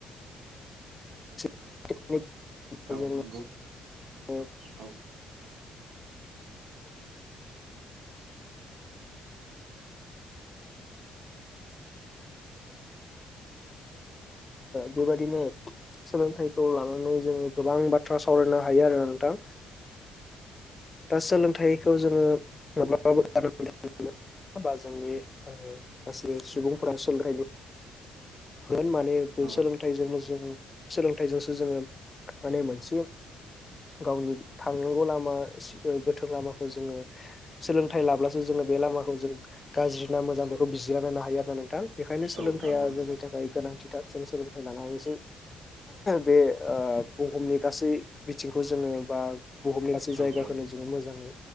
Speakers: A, on the left; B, on the right.
A: <unintelligible>
B: औ नंगौ औ
A: <unintelligible> <unintelligible> <unintelligible> बेबायदिनो सोलोंथाइखौ लानानै जोङो गोबां बाथ्रा सावरायनो हायो आरो नोंथां। दा सोलोंथाइखौ जोङो माब्लाबाबो गारनो बा जोंनि ओ गासै सुबुंफोरा सोलोंथाइनि होन माने
B: औ
A: सोलोंथाइजोंनो जों सोलोंथाइजोंसो जोङो माने मोनसे गावनि थांनांगौ लामा गोथों लामाखौ जोङो सोलोंथाइ लाब्लासो जोङो बे लामाखौ जों गाज्रि ना मोजां बेखौ बि जिरना नायनो हायो आरोना नोंथां। बेखायनो सोलोंथाइया
B: औ नंगौ नोंथां
A: जोंनि थाखाय गोनांथिथार जों सोलोंथाइ लानानैसो बे ओ बुहुमनि गासै बिथिंखौ जोङो बा बुहुमनि गासै
B: औ
A: जायगाखौनो
B: औ
A: जोङो मोजाङै